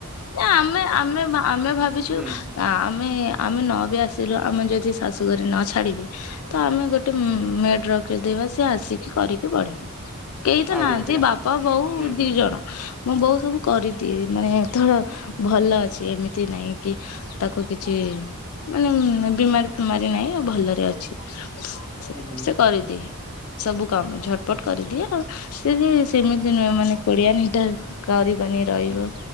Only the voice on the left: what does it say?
ନା ଆମେ ଆମେ ଆମେ ଭାବିଛୁ
ଆ ଆମେ ଆମେ ନ ବି ଆସିଲୁ ଆମେ ଯଦି ଶାଶୁଘରେ ନ ଛାଡିବେ ତ ଆମେ ଗୋଟେ ମେଡ ରଖିଦେବା ସେ ଆସିକି କରିକି ପଡେଇବେ। କେଇ ତ
ନାହାନ୍ତି
ବାପା, ବୋଉ,
ଦି ଜଣ ମୋ ବୋଉ ସବୁ କରିଦିଏ ମାନେ ଏଥର ଭଲ ଅଛି ଏମିତି ନାହିଁ କି ତାକୁ କିଛି ମାନେ ଉଁ ନାଇଁ ବିମାରି ଫିମାରି ନାହିଁ ଭଲରେ ଅଛି
ସେ କରିଦିଏ ସବୁ କାମ ଝଟପଟ କରିଦିଏ ଆଉ ସିଏ ଯେ ସେମିତି ନୁହେଁ ମାନେ କୋଢିଆଣୀଟା କରି ବନି ରହିବ